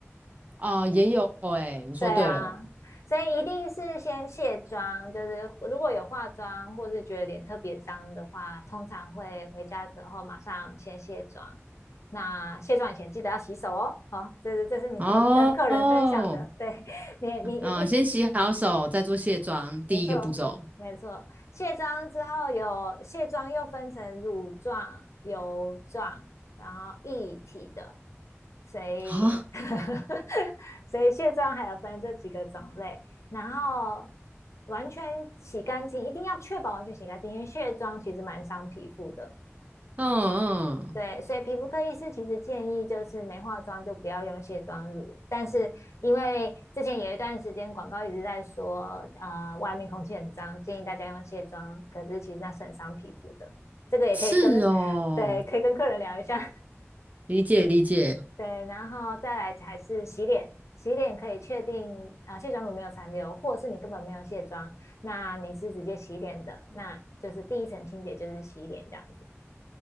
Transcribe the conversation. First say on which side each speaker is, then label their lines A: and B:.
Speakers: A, on the right (about 30°); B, on the left (about 80°).
A: 哦，也有哎、你说对了
B: 对啊，所以一定是先卸妆。就是如果有化妆，或是觉得脸特别脏的话，通常会回家之后马上先卸妆。那卸妆以前记得要洗手哦。好哦，这是这是你可以跟客人分享的。
A: 哦哦，
B: 对 <laughs> 你，你一
A: 嗯，先洗好手，再做卸妆，第一个步骤
B: 没错，没错。卸妆之后有卸妆又分成乳状、油状，然后液体的，所以
A: 啊，
B: <laughs> 所以卸妆还有分这几个种类。然后完全洗干净，一定要确保完全洗干净，因为卸妆其实蛮伤皮肤的。
A: 嗯嗯，
B: 对，所以皮肤科医师其实建议就是没化妆就不要用卸妆乳，但是因为之前有一段时间广告一直在说，啊，外面空气很脏，建议大家用卸妆，可是其实那是很伤皮肤的，这个也可以跟，
A: 是哦，
B: 对，可以跟客人聊一下，
A: 理解理解。
B: 对，然后再来还是洗脸，洗脸可以确定啊、呃卸妆乳没有残留，或是你根本没有卸妆，那你是直接洗脸的，那就是第一层清洁就是洗脸这样子，